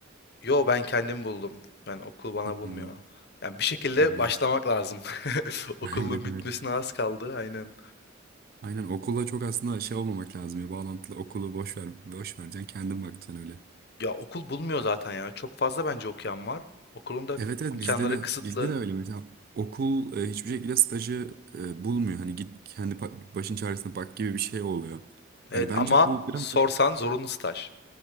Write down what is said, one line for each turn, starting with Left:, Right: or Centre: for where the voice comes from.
Left: Yo ben kendim buldum. Ben okul bana
Right: Hı
Left: bulmuyor.
Right: hı.
Left: Yani bir şekilde
Right: Hı.
Left: başlamak lazım. <laughs> Okulun
Right: <laughs> Evet
Left: bitmesine
Right: evet.
Left: az kaldı. Aynen.
Right: Aynen okulla çok aslında şey olmamak lazım ya bağlantılı okulu boş ver boş vereceksin kendin bakacaksın öyle.
Left: Ya okul bulmuyor zaten ya. Çok fazla bence okuyan var. Okulun da
Right: Evet evet
Left: imkanları
Right: bizde de
Left: kısıtlı.
Right: bizde de öyle mesela okul e, hiçbir şekilde stajı e, bulmuyor. Hani git kendi pa- başın çaresine bak gibi bir şey oluyor. Hani
Left: Evet
Right: bence
Left: ama
Right: bu biraz
Left: sorsan
Right: da
Left: zorunlu staj.